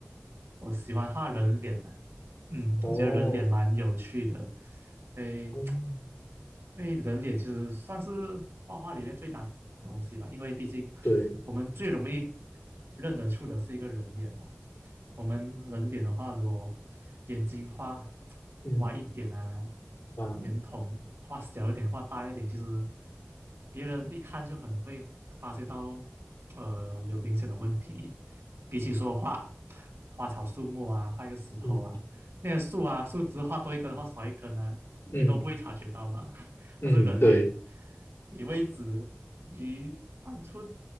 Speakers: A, on the right; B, on the left.
A: 我喜欢画人脸啊。嗯，
B: 哦，
A: 我觉得人脸蛮有趣的，因为
B: 嗯，
A: 因为人脸其实算是画画里面最难的东西吧，因为毕竟
B: 对，
A: 我们最容易认得出的是一个人脸嘛。我们人脸的话，如果眼睛画
B: 嗯
A: 歪一点啊，
B: 啊，
A: 眼瞳画小一点啊，画大一点，其实别人一看就很会发现到，呃，有明显的问题。比起说画花草树木啊，画一个石头啊，
B: 嗯
A: 那个树啊，树枝画多一根，或少一根呢，
B: 嗯
A: 你都不会察觉到嘛。<laughs>
B: 嗯，
A: 那是人脸
B: 对，
A: 离位置移半寸，